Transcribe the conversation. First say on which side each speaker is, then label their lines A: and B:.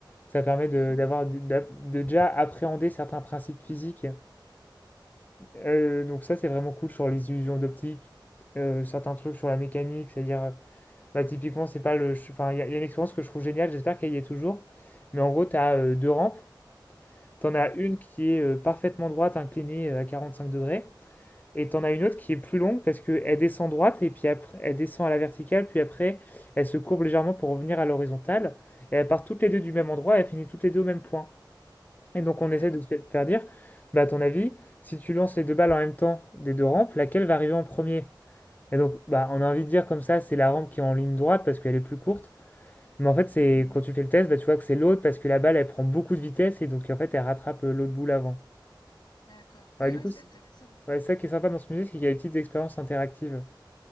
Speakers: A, on the left; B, on the left.
A: Ça permet de
B: Ouais.
A: d'avoir de, d'a- de déjà appréhender certains principes physiques. Euh, donc ça, c'est vraiment cool sur les illusions d'optique, euh, certains trucs sur la mécanique, c'est-à-dire, euh, bah, typiquement, c'est pas le... ch- Enfin, il y, a il y a une expérience que je trouve géniale, j'espère qu'elle y est toujours. Mais en gros, tu as deux rampes. T'en as
B: Ouais.
A: une qui est euh, parfaitement droite, inclinée euh, à 45 degrés, et t'en as une autre qui est plus longue parce qu'elle descend droite et puis après elle descend à la verticale, puis après elle se courbe légèrement pour revenir à l'horizontale, et elle part toutes les deux
B: Mhm.
A: du même endroit, et elle finit toutes les deux au même point. Et donc on essaie
B: D'accord.
A: de se faire dire, bah à ton avis, si tu lances les deux balles en même temps des deux rampes, laquelle va arriver en premier? Et donc bah on a envie de dire comme ça, c'est la rampe qui est en ligne droite parce qu'elle est plus courte. Mais en fait, c'est
B: Mhm.
A: quand tu fais le test, bah, tu vois que c'est l'autre parce que la balle elle prend beaucoup de vitesse et donc en fait elle rattrape euh, l'autre boule avant.
B: D'accord. Ouais,
A: Ouais, du
B: ouais,
A: coup,
B: c'est
A: c'est
B: intéressant.
A: ouais, ça qui est sympa dans ce musée, c'est qu'il y a des petites expériences interactives.